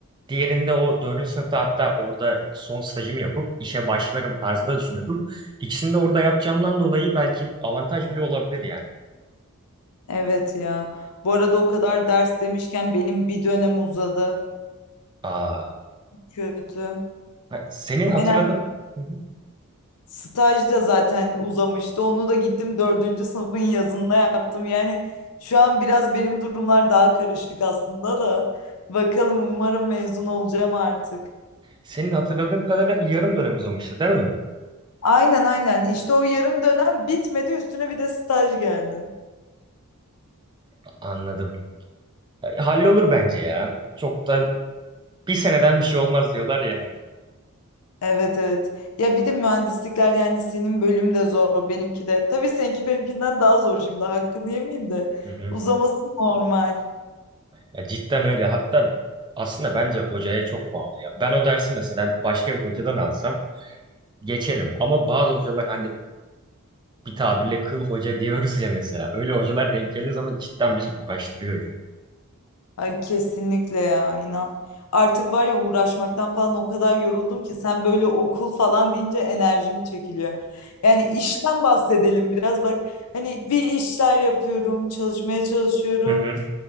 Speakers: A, on the right; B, on the left.
A: diğerinde o dördüncü sınıfta hatta orada son stajımı yapıp işe başlarım tarzında düşünüyordum. İkisini de orada yapacağımdan dolayı belki avantaj bile olabilir yani.
B: Evet ya. Bu arada o kadar ders demişken benim bir dönem uzadı.
A: Aa,
B: Kötü.
A: ha- senin
B: Aynen
A: hatırladığın Hı hı.
B: Staj da zaten uzamıştı. Onu da gittim dördüncü sınıfın yazında yaptım. Yani şu an biraz benim durumlar daha karışık aslında da. Bakalım umarım mezun olacağım artık.
A: senin hatırladığım kadarıyla bir yarım dönem uzamıştı değil mi?
B: Aynen aynen. İşte o yarım dönem bitmedi. Üstüne bir de staj geldi.
A: A- Anladım. E, hallolur bence ya. Çok da bir seneden bir şey olmaz diyorlar ya hani.
B: Evet evet. Ya bir de mühendislikler yani senin bölüm de zor, benimki de. Tabii seninki benimkinden daha zor şimdi. Hakkını yemeyeyim de.
A: Hı hı.
B: Uzaması normal.
A: Ya cidden öyle. Hatta aslında bence hocaya çok bağlı ya. Ben o dersi mesela başka bir hocadan alsam geçerim. Ama bazı hocalar hani bir tabirle kıl hoca diyoruz ya mesela. Öyle hocalar denk geldiği zaman cidden bizi uğraştırıyor ya.
B: Ay kesinlikle ya inan. Artık var ya uğraşmaktan falan o kadar yoruldum ki sen böyle okul falan deyince enerjim çekiliyor. Yani işten bahsedelim biraz bak hani bir işler yapıyorum, çalışmaya çalışıyorum.
A: Hı hı.